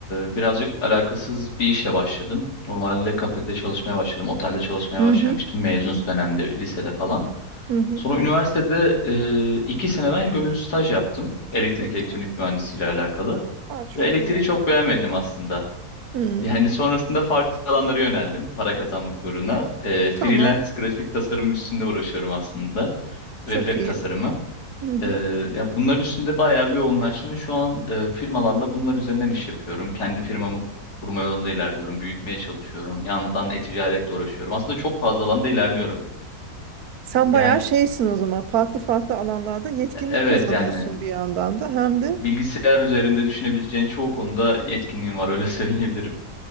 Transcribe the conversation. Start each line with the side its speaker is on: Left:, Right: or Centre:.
Left: e, birazcık alakasız bir işle başladım. Normalde kafede çalışmaya başladım, otelde çalışmaya
Right: Hı
Left: başlamıştım
Right: hı.
Left: mezun dönemde, lisede falan.
Right: Hı hı.
Left: Sonra üniversitede e, iki sene ben gönüllü staj yaptım. Elektrik
Right: Hı.
Left: elektronik mühendisiyle alakalı.
Right: Aa, çok
Left: Ve elektriği
Right: iyi.
Left: çok beğenmedim aslında.
Right: Hmm.
Left: Yani sonrasında farklı alanlara yöneldim para kazanmak uğruna. Ee, freelance
Right: Tamam.
Left: grafik tasarım üstünde uğraşıyorum aslında
Right: Çok
Left: ve web
Right: iyi.
Left: tasarımı.
Right: Hı hı.
Left: Ee, ya bunlar üstünde bayağı bir yoğunlaştım ve şu an e, firmalarla bunlar üzerinden iş yapıyorum. Kendi firmamı kurma yolunda ilerliyorum, büyütmeye çalışıyorum. Yandan e-ticaretle uğraşıyorum. Aslında çok fazla alanda ilerliyorum.
Right: Sen
Left: Yani
Right: bayağı şeysin o zaman. Farklı farklı alanlarda yetkinlik
Left: evet
Right: kazanıyorsun
Left: yani
Right: bir yandan da hem de
Left: bilgisayar üzerinde düşünebileceğin çoğu konuda yetkinliğim var öyle <laughs> söyleyebilirim.